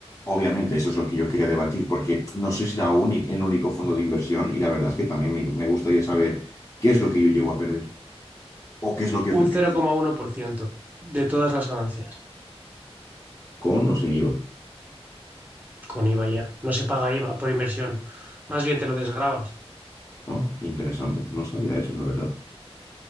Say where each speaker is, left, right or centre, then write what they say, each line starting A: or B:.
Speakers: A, on the left; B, on the right.
A: Obviamente, eso es lo que yo quería debatir, porque no sois la única, el único fondo de inversión y la verdad es que también me, me gustaría saber qué es lo que yo llego a perder o qué es lo que ofrecéis
B: un 0,1% de todas las ganancias,
A: con o sin IVA.
B: con IVA ya. No se paga IVA por inversión, más bien te lo desgravas.
A: Oh, interesante, no sabía eso, la verdad.